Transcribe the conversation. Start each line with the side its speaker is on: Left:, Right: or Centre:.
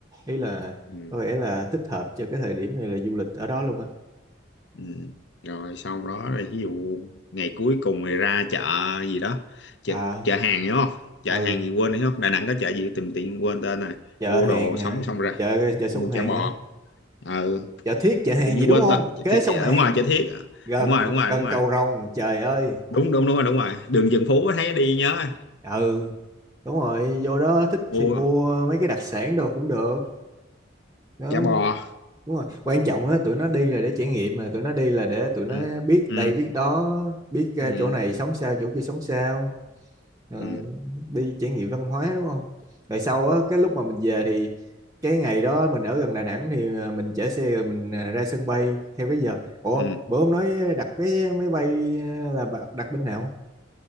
Right: ý là
Left: ừ.
Right: có vẻ là thích hợp cho cái thời điểm này là du lịch ở đó luôn á
Left: Ừ. Rồi sau đó rồi ví dụ ngày cuối cùng thì ra chợ gì đó chợ,
Right: à
Left: chợ hàng đúng không chợ
Right: ừ
Left: hàng gì quên đúng không Đà Nẵng có chợ gì tìm tiện quên tên này
Right: chợ
Left: mua
Right: hàng
Left: đồ sống
Right: à,
Left: xong ra
Right: chợ chợ sông
Left: mua
Right: Hàn
Left: chả bò
Right: ha
Left: ừ
Right: chợ Thiết chợ Hàn
Left: tự nhiên
Right: gì đúng
Left: quên
Right: không
Left: tên chợ,
Right: kế
Left: Thi-
Right: sông
Left: chợ,
Right: Hàn
Left: đúng rồi chợ Thiết à.
Right: gần
Left: đúng rồi đúng rồi
Right: gần
Left: đúng rồi
Right: cầu Rồng trời ơi
Left: đúng đúng đúng rồi đúng rồi đường Trần Phú thấy đi nhớ
Right: ừ đúng rồi vô đó thích
Left: mua
Right: thì mua mấy cái đặc sản đồ cũng được đó
Left: chả bò
Right: đúng rồi quan trọng á tụi nó đi là để trải nghiệm mà tụi nó đi là để tụi nó
Left: ừ
Right: biết
Left: ừ
Right: đây biết đó biết ờ,
Left: ừ
Right: chỗ này sống sao chỗ kia sống sao Ờ,
Left: ừ,
Right: đi trải nghiệm văn hóa đúng không rồi sau á cái lúc mà mình về thì cái ngày đó mình ở gần Đà Nẵng thì ờ, mình chở xe rồi mình ờ, ra sân bay theo cái giờ ủa
Left: ừ.
Right: bữa ông nói đặt vé máy bay ờ, là bạn đặt bên nào